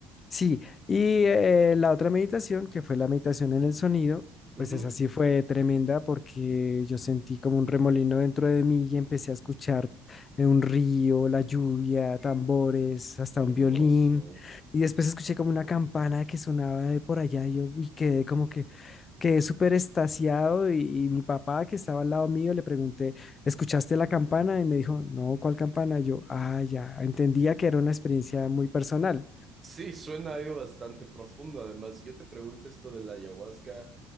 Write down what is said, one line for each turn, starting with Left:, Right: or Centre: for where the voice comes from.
Left: Sí, y eh, la otra meditación, que fue la meditación en el sonido,
Right: Ujú,
Left: pues esa sí fue tremenda porque yo sentí como un remolino dentro de mí y empecé a escuchar eh, un río, la lluvia, tambores, hasta
Right: Hermoso.
Left: un violín. Y después escuché como una campana que sonaba de por allá y yo uy, quedé como que quedé súper extasiado y, y mi papá que estaba al lado mío le pregunté, ¿escuchaste la campana? Y me dijo, no, ¿cuál campana? Y yo, ah, ya, entendía que era una experiencia muy personal.
Right: Sí, suena algo bastante profundo. Además, yo te pregunto esto de la ayahuasca.